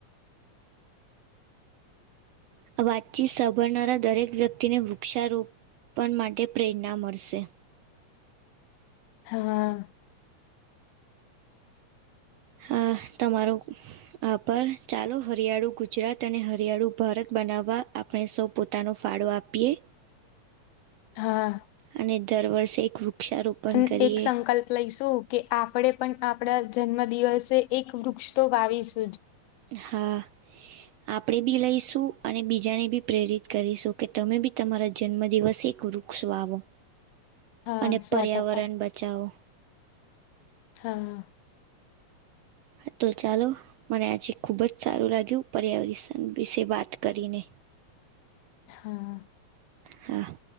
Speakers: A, on the right; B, on the left.
A: આ વાતચીત સાંભળનારા દરેક વ્યક્તિને વૃક્ષારોપણ માટે પ્રેરણા મળશે
B: હા
A: હા તમારો આ પર ચાલો હરિયાળુ ગુજરાત અને હરિયાળુ ભારત બનાવવા આપણે સૌ પોતાનો ફાળો આપીએ
B: હા
A: અને દર વર્ષે એક વૃક્ષારોપણ
B: અને
A: કરીએ
B: એક સંકલ્પ લઈશું કે આપણેે પણ આપણા જન્મ દિવસે એક વૃક્ષતો વાવીશું
A: હા આપણેે બી લઈશું અને બીજાને બી પ્રેરિત કરીશું કે તમે બી તમારા જન્મ દિવસ એક રૂપ વૃક્ષ વાવો
B: હા
A: અને
B: સો
A: પર્યાવરણ
B: ટકા
A: બચાવો
B: હા
A: હા તો ચાલો મને આજે ખુબજ સારું લાગ્યું પર્યાવરષણ વિશે વાત કરીને
B: હા
A: હા